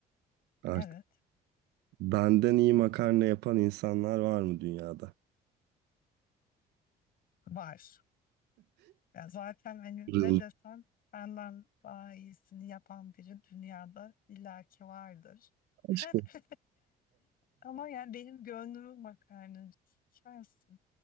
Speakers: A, on the right (about 80°); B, on the left (about 60°).
A: Artık
B: Evet.
A: benden iyi makarna yapan insanlar var mı dünyada?
B: Var. Ya zaten hani
A: Kırıldı.
B: ne desen senden daha iyisini yapan biri dünyada illaki vardır. <laughs>
A: Aşkım.
B: Ama yani benim gönlümün makarnacısı sensin.